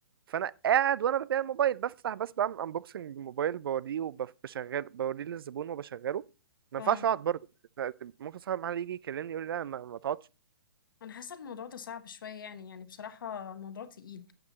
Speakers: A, on the right (about 75°); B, on the left (about 65°).
A: فانا قاعد وانا ببيع الموبايل بفتح بس بعمل انبوكسنج الموبايل بوريه وبشغل بوريه للزبون وبشغله ما
B: اه
A: ينفعش اقعد برضه ممكن صاحب المحل يجي يكلمني يقول لي لا ما, ما تقعدش
B: انا حاسه الموضوع ده صعب شويه يعني يعني بصراحه الموضوع تقيل